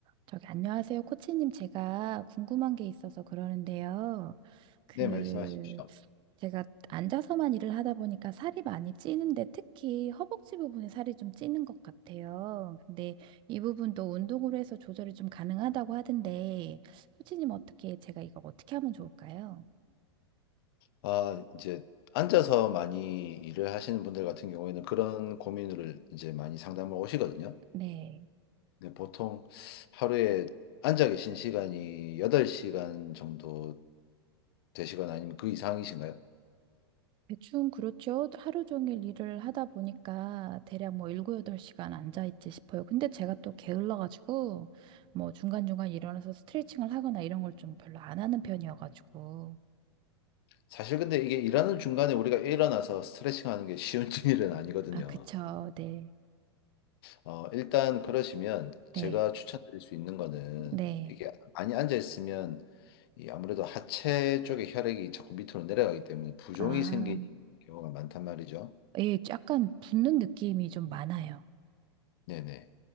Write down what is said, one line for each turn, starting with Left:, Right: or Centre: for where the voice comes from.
Right: 저기, 안녕하세요. 코치님, 제가 궁금한 게 있어서 그러는데요. 그,
Left: 네, 말씀하십시오.
Right: 제가 앉아서만 일을 하다 보니까 살이 많이 찌는데 특히 허벅지 부분에 살이 좀 찌는 것 같아요. 근데 이 부분도 운동으로 해서 조절이 좀 가능하다고 하던데, 코치님 어떻게, 제가 이거 어떻게 하면 좋을까요?
Left: 아, 이제 앉아서 많이 일을 하시는 분들 같은 경우에는 그런 고민을 이제 많이 상담을 오시거든요.
Right: 네.
Left: 근데 보통 하루에 앉아 계신 시간이 8시간 정도 되시거나 아니면 그 이상이신가요?
Right: 대충 그렇죠. 하루 종일 일을 하다 보니까 대략 뭐 7, 8시간 앉아있지 싶어요. 근데 제가 또 게을러가지고 뭐 중간중간 일어나서 스트레칭을 하거나 이런 걸 좀 별로 안 하는 편이어가지고.
Left: 사실 근데 이게 일하는 중간에 우리가 일어나서 스트레칭 하는 게 쉬운 <laughs> 일은 아니거든요.
Right: 아, 그쵸. 네.
Left: 어, 일단 그러시면
Right: 네.
Left: 제가 추천드릴 수 있는 거는
Right: 네.
Left: 이게 많이 앉아 있으면 이 아무래도 하체 쪽에 혈액이 자꾸 밑으로 내려가기 때문에 부종이
Right: 아,
Left: 생기는 경우가 많단 말이죠.
Right: 예, 약간 붓는 느낌이 좀 많아요.
Left: 네네.